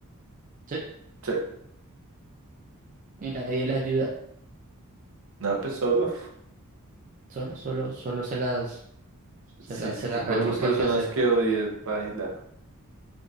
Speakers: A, on the right; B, on the right.
A: Sí,
B: Sí.
A: y nadie le ayuda,
B: No, pues solo.
A: solo, solo, solo se las, se
B: Si
A: la,
B: es
A: se
B: que
A: las
B: cuatro
A: rebusca
B: personas
A: qué hacer.
B: que odies, baila.